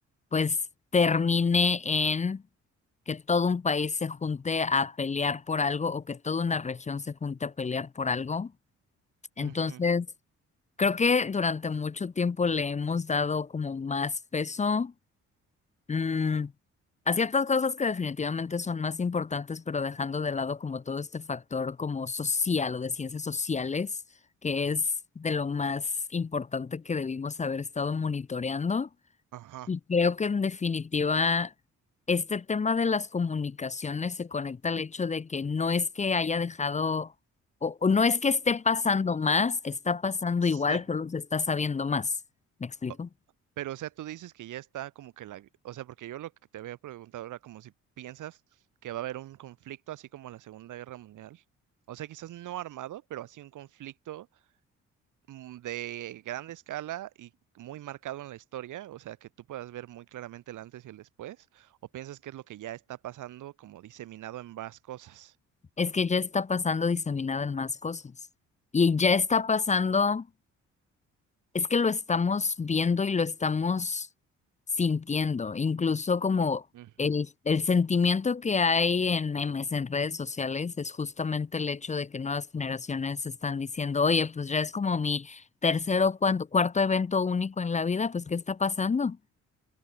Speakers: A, on the left; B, on the right.
A: pues termine en que todo un país se junte a pelear por algo o que toda una región se junte a pelear por algo. Entonces,
B: ujú,
A: creo que durante mucho tiempo le hemos dado como más peso Mm, a ciertas cosas que definitivamente son más importantes, pero dejando de lado como todo este factor como social o de ciencias sociales, que es de lo más importante que debimos haber estado monitoreando.
B: Ajá.
A: Y creo que en definitiva, este tema de las comunicaciones se conecta al hecho de que no es que haya dejado, o, o no es que esté pasando más, está pasando
B: Sí.
A: igual, pero se está sabiendo más. ¿Me explico?
B: O- Pero, o sea, tú dices que ya está como que la... O sea, porque yo lo que te había preguntado era como si piensas que va a haber un conflicto así como la Segunda Guerra Mundial. O sea, quizás no armado, pero así un conflicto mm, de grande escala y muy marcado en la historia, o sea, que tú puedas ver muy claramente el antes y el después, o piensas que es lo que ya está pasando como diseminado en más cosas.
A: Es que ya está pasando diseminada en más cosas. Y ya está pasando, es que lo estamos viendo y lo estamos sintiendo, incluso como
B: Ujú,
A: el, el sentimiento que hay en memes, en redes sociales, es justamente el hecho de que nuevas generaciones están diciendo, oye, pues ya es como mi tercer o cuan- cuarto evento único en la vida, pues ¿qué está pasando?